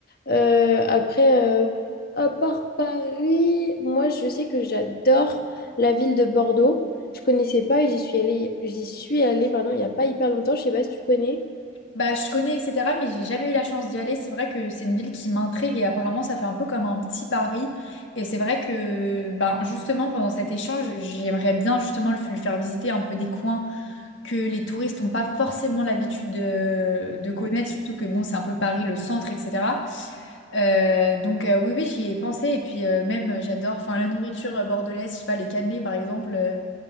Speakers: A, on the left; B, on the left.
A: Euh, après, euh, à part Paris, moi, je sais que j'adore la ville de Bordeaux. Je connaissais pas et j'y suis allée, j'y suis allée, pardon, il n'y a pas hyper longtemps. Je sais pas si tu connais.
B: Bah, je connais, etc., mais j'ai jamais eu la chance d'y aller. C'est vrai que c'est une ville qui m'intrigue et apparemment, ça fait un peu comme un petit Paris. Et c'est vrai que, bah, justement, pendant cet échange, j'aimerais bien justement le lui faire visiter un peu des coins que les touristes n'ont pas forcément l'habitude de, de connaître, surtout que, bon, c'est un peu Paris, le centre, etc. Euh, donc, euh, oui, oui, j'y ai pensé. Et puis, euh, même, euh, j'adore, enfin, la nourriture euh, bordelaise, je sais pas, les cannelés, par exemple, euh,